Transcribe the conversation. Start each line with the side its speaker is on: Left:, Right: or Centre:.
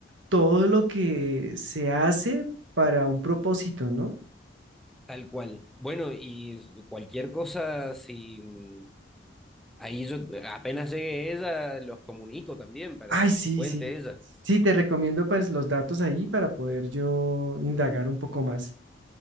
Right: todo lo que se hace para un propósito, ¿no?
Centre: Tal cual. Bueno, y cualquier cosa, si mm, ahí yo apenas llegue ella, los comunico también para
Right: Ay,
Centre: que
Right: sí,
Centre: te cuente
Right: sí.
Centre: ella,
Right: Sí, te recomiendo pues los datos ahí para poder yo indagar un poco más.